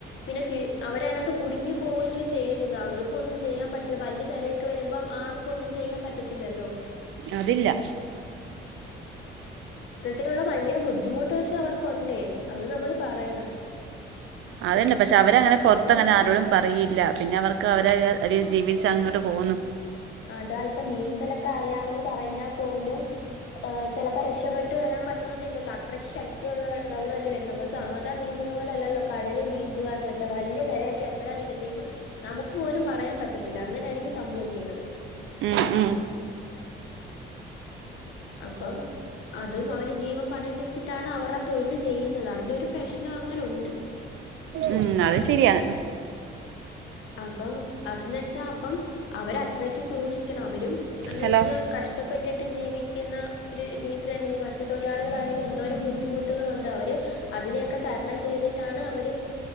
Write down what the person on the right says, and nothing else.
അതില്ല
അതെന്നെ പഷെ അവരങ്ങനെ പൊറത്ത്ങ്ങനെ
ആരോടും പറയെല്ല പിന്നെ അവർക്ക് അവരെ ഒര് ജീവിച്ചങ്ങ്ട്ട് പോവുന്നു
ഉം ഉം
ഉം അത് ശരിയാണ്
ഹലോ